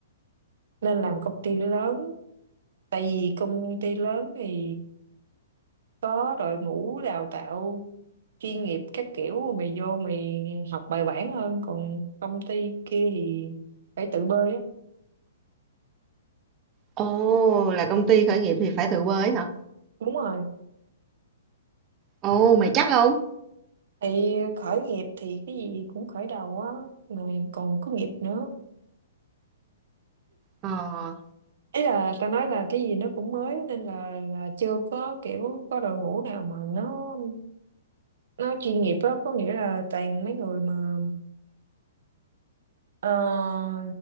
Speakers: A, on the right (about 65°); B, on the right (about 20°).
A: nên làm công ty lớn tại vì công ty lớn thì có đội ngũ đào tạo chuyên nghiệp các kiểu mày vô mày học bài bản hơn còn công ty kia thì phải tự bơi á
B: Ồ, là công ty khởi nghiệp thì phải từ quê ấy hả?
A: đúng rồi
B: Ồ, mày chắc không?
A: thì khởi nghiệp thì cái gì cũng khởi đầu á mà còn có nghiệp nữa
B: Ờ,
A: ý là tao nói là cái gì nó cũng mới nên là là chưa có kiểu có đội ngũ nào mà nó nó chuyên nghiệp á có nghĩa là toàn mấy người mà Ờ,